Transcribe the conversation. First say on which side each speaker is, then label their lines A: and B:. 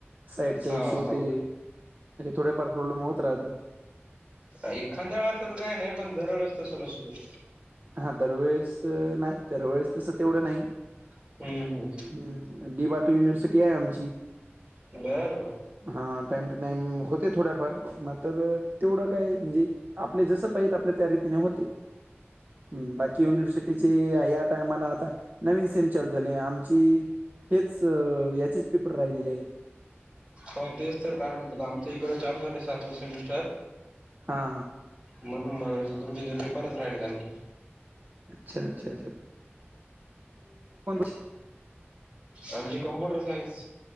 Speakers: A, on the right; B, on the right.
A: साईडचा
B: हो
A: इश्यू
B: हो
A: ते, म्हणजे थोडेफार प्रॉब्लेम होत राहतात.
B: काही खांद्यावर हात ठेवल तर काही नाही, पण दर वेळेस तसं नसू नये.
A: हा, दर वेळेस नाही, दर वेळेस तसं तेवढं नाही.
B: हम्म, हम्म.
A: हम्म. डी बा टू युनिव्हर्सिटी आहे आमची.
B: बर, बर.
A: हा, टाइम टू टाइम होते थोड्या फार, मात्र तेवढं काय म्हणजे आपले जसं पाहीत आपल्या त्या रीतीने होते. हम्म, बाकी युनिव्हर्सिटीची या टायमाला आता नवीन सेम चालू झाली आमची हेच अ याचेच पेपर राहिलेले आहेत.
B: होय तेच तर, कारण आमच इकडं चालू झालं सातवा सेमिस्टर
A: हा.
B: म्हणून मग तुमचे जे पेपरच राहिलेत आणखीन.
A: अच्छा, अच्छा, <unintelligible>
B: आमची कमप्युटर सायन्स